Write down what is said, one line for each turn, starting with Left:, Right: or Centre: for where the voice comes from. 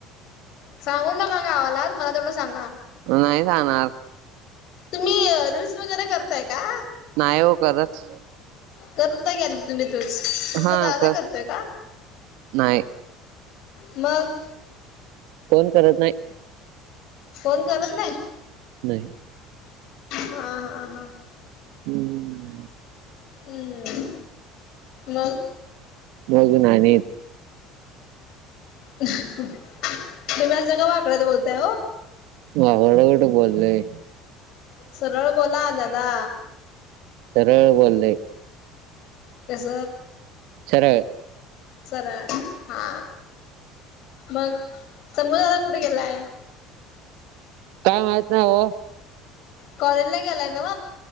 Left: सांगू नका गावाला मला तेवढं सांगा.
Right: नाही सांगणार.
Left: तुम्ही रील्स वगैरे करताय का?
Right: नाही ओ करत.
Left: करत होता की आधी तुम्ही रिल्स, तुमचा
Right: हा
Left: दादा
Right: कर
Left: करतोय का?
Right: नाही
Left: मग,
Right: कोण करत नाही.
Left: कोण करत नाही?
Right: नाही.
Left: हा हा हा
Right: हम्म
Left: हम्म मग,
Right: मग न्हानीत.
Left: तुम्ही अस का वाकड्यात बोलताय हो?
Right: वाकड कुठ बोललोय.
Left: सरळ बोला दादा.
Right: सरळ बोललय.
Left: कस,
Right: सरळ.
Left: सरळ हा मग, समु दादा कुठे गेलाय?
Right: काय माहित नाही ओ.
Left: कॉलेज ला गेलाय नव.